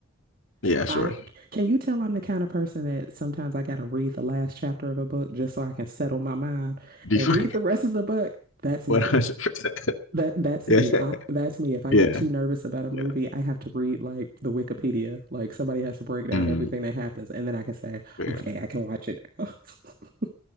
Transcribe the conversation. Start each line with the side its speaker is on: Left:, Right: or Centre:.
Left: Yeah, sure.
Right: I can you tell I'm the kind of person that sometimes I gotta read the last chapter of a book just so I can settle my mind
Left: before
Right: and read the rest of the book.
Left: <laughs>
Right: That's
Left: one
Right: me.
Left: hundred percent. <laughs>
Right: That that's
Left: Yeah,
Right: me. I that's me. If I
Left: yeah,
Right: get too nervous about a movie,
Left: yeah.
Right: I have to read like the Wikipedia. Like somebody has to break down
Left: Mm,
Right: everything that happens, and then I can say,
Left: fair,
Right: okay, I can watch it now. <laughs>